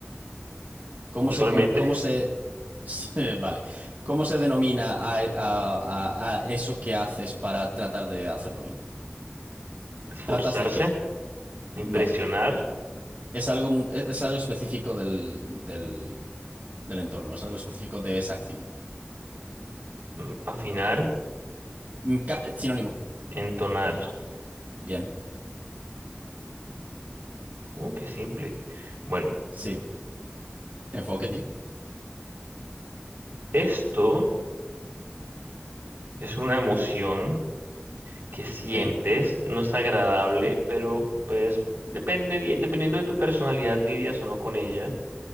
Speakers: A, on the right (about 45°); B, on the right (about 65°).
A: ¿Cómo
B: Usualmente,
A: se... con- cómo se... <laughs> Vale, ¿cómo se denomina a, a- a- a eso que haces para tratar de hacerlo bien?
B: esforzarse,
A: ¿Tratas de qué?
B: impresionar,
A: No, es algo, mu- es algo específico del, del, del entorno, es algo específico de esa acción.
B: mm, afinar,
A: Mm, ca- sinónimo.
B: entonar.
A: Bien.
B: Uh, qué simple. Bueno,
A: Sí. Enfoque, tío.
B: esto es una emoción que sientes
A: Ok.
B: no es agradable, pero pues depende, dependiendo de tu personalidad lidias o no con ella.